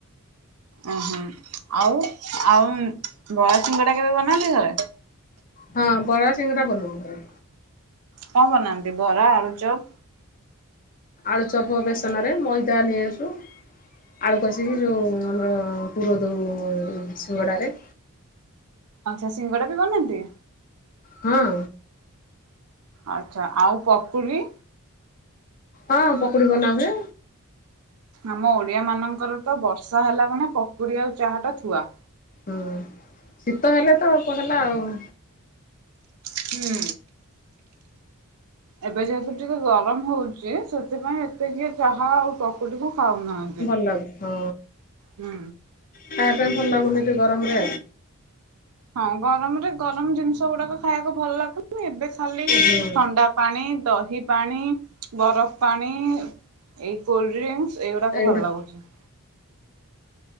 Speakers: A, on the right (about 75°); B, on the left (about 40°).
A: ଓହୋ ଆଉ ଆଉ ବରା ଶିଙ୍ଗଡ଼ା କେବେ ବନାନ୍ତି ଘରେ?
B: ହଁ ବରା ସିଙ୍ଗଡ଼ା ବନୋଉ ଘରେ।
A: କଣ ବନାନ୍ତି ବରା ଆଳୁଚପ୍?
B: ଆଳୁଚପ୍ ବେସନରେ ମଇଦା ନେଇଆସୁ। ଆଳୁ କଷିକି ଯୋଉ ଆମର ପୁର ଦଉ ଶିଙ୍ଗଡ଼ାରେ।
A: ଆଛା ସିଙ୍ଗଡ଼ା ବି ବନାନ୍ତି?
B: ହଁ।
A: ଆଛା ଆଉ ପକୁଡି।
B: ହଁ ପକୁଡି ବନା ହୁଏ।
A: ଆମ ଓଡିଆ ମାନଙ୍କର ତ ବର୍ଷା ହେଲା ମାନେ ପକୁଡି ଆଉ ଚାହା ଟା ଥୁଆ।
B: ହୁଁ ଶୀତ ହେଲେ ତ ହେଲା ଆଉ।
A: ହୁଁ। ଏବେ ଯେହେତୁ ଟିକେ ଗରମ ହଉଚି ସେଥିପାଇଁ ଏତେ କିଏ ଚାହା ଆଉ ପକୁଡିକୁ ଖାଉନାହାନ୍ତି।
B: ଲ ହଁ।
A: ହୁଁ।
B: ଖାଇବା ପାଇଁ ଭଲ ଲାଗୁନି ଏତେ ଗରମରେ।
A: ହଁ ଗରମରେ ଗରମ ଜିନିଷ ଗୁଡାକ ଖାଇବାକୁ ଭଲ ଲାଗୁ ମୁଁ ଏବେ ଖାଲି
B: ହୁଁ
A: ଥଣ୍ଡା ପାଣି ଦହି ପାଣି ବରଫ ପାଣି ଏଇ କୋଲଡ ଡ୍ରିଙ୍କସି ଏଇଗୁଡାକ
B: ଏଇଗୁଡା
A: ଭଲ ଲାଗୁଚି।